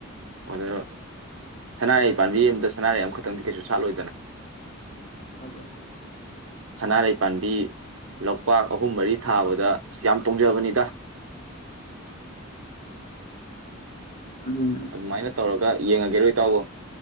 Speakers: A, on the right (about 75°); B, on the left (about 25°).
A: ꯑꯗꯨꯅ ꯁꯅꯥꯔꯩ ꯄꯥꯝꯕꯤ ꯑꯃꯇ ꯁꯅꯥꯔꯍꯤ ꯑꯃꯈꯛꯇꯪꯗꯤ ꯀꯩꯁꯨ ꯁꯥꯠꯂꯣꯏꯗꯅ
B: ꯎꯝ ꯁꯥꯠꯂꯣꯏ
A: ꯁꯅꯥꯔꯩ ꯄꯥꯝꯕꯤ ꯂꯄꯥꯛ ꯑꯍꯨꯝ ꯃꯔꯤ ꯊꯥꯕꯗ ꯑ ꯌꯥꯝ ꯇꯣꯡꯖꯕꯅꯤ
B: <unintelligible> ꯑꯗꯨꯅꯦ
A: ꯑꯗꯨꯃꯥꯏꯅ ꯇꯧꯔꯒ ꯌꯦꯡꯉꯒꯦꯔꯣ ꯏꯇꯥꯎꯕꯣ